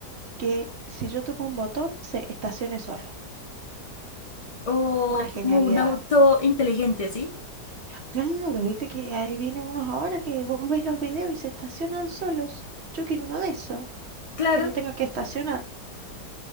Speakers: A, on the right; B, on the left.
A: que si yo toco un botón se estacione solo.
B: O
A: Una genialidad.
B: como un auto inteligente, ¿sí?
A: Claro, viste que ahí vienen unos ahora que vos ves los videos y se estacionan solos. Yo quiero uno de esos,
B: Claro.
A: que no tenga que estacionar.